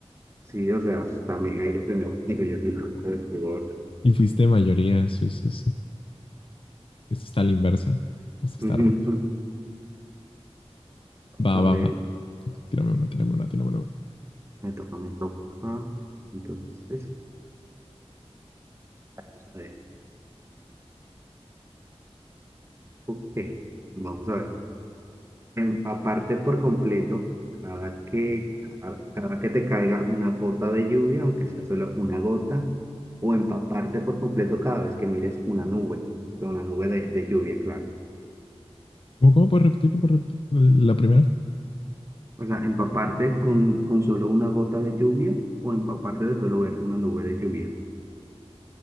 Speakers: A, on the right; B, on the left.
A: Sí, o sea, también hay que tener, digo yo, que el resto del rigor.
B: Y fuiste mayoría, sí, sí, sí. Esto está a la inversa. Esto
A: <laughs>
B: está
A: Ujú.
B: roto. Va,
A: A
B: va,
A: ver,
B: va. Tírame una, tírame una, tírame una.
A: Me toca, me toca. Entonces, vamos a ver. Ok, vamos a ver. Empaparte por completo cada que, cada, cada que te caiga una gota de lluvia, aunque sea solo una gota, o empaparte por completo cada vez que mires una nube, o sea, una nube de, de lluvia, claro.
B: ¿Cómo, cómo puedes repetir? ¿Puedes repetir la primera?
A: O sea, empaparte con, con solo una gota de lluvia o empaparte de solo ver una nube de lluvia.